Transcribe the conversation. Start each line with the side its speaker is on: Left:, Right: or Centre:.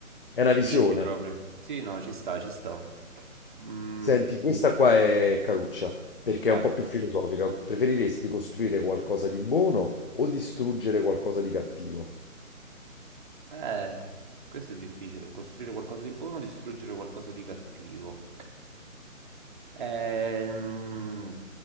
Left: è una visione.
Right: Easy proprio. Sì, no, ci sta, ci sta. Mm,
Left: Senti, questa qua è caruccia, perché
Right: vai.
Left: è un po' più filosofica. Preferiresti costruire qualcosa di buono o distruggere qualcosa di cattivo?
Right: Eh, questo è difficile. Costruire qualcosa di buono, distruggere qualcosa di cattivo. Ehm,